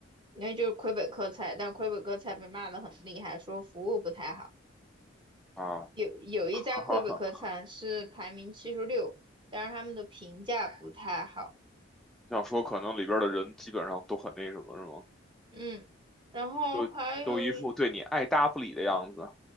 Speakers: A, on the right; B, in the centre.
A: 那就是魁北克菜，但魁北克菜被骂的很厉害，说服务不太好。
B: 啊，
A: 有有一家魁北克餐是排名七十六，
B: <laughs> 哈哈哈，
A: 但是他们的评价不太好。
B: 想说可能里边儿的人基本上都很那什么，是吗？
A: 嗯，然后还有一
B: 都都一副对你爱搭不理的样子。